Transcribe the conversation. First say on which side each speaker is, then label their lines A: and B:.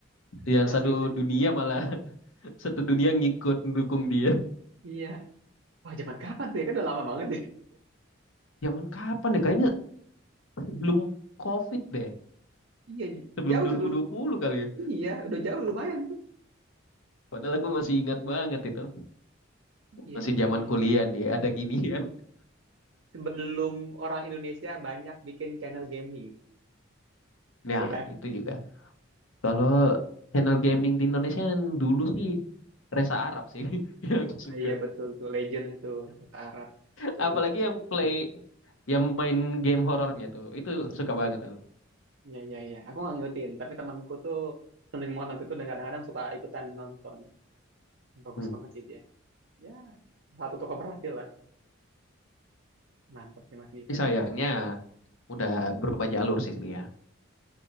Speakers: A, on the right (about 70°); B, on the left (about 75°).
A: gila
B: Yang satu
A: sih itu
B: dunia malah <laughs> satu dunia ngikut mendukung dia.
A: iya wah zaman kapan tuh ya kan udah lama banget
B: Zaman kapan ya? Kayaknya sebelum COVID deh.
A: <laughs> iya
B: Sebelum
A: jauh
B: 2020
A: sebelum
B: kali ya.
A: iya udah jauh lumayan tuh
B: Padahal aku masih ingat banget itu.
A: iya
B: Masih
A: iya
B: zaman
A: ya
B: kuliah dia ada ginian. <laughs>
A: sebelum orang Indonesia banyak bikin channel gaming,
B: Nah,
A: ya kan?
B: itu juga Kalau channel gaming di Indonesia yang dulu sih Resa Arab sih <laughs> yang aku
A: Nah
B: suka.
A: iya betul tuh legend itu bahasa Arab itu
B: Apalagi yang play yang main game horornya tuh itu suka banget aku.
A: ya ya ya. Aku nggak ngikutin, tapi temanku tuh seneng banget nonton itu dan kadang-kadang suka ikutan nonton. Bagus
B: Hmm.
A: banget sih dia. Ya satu toko berhasil lah. Mantap sih Mas Givari.
B: Tapi sayangnya udah berubah jalur sih dia.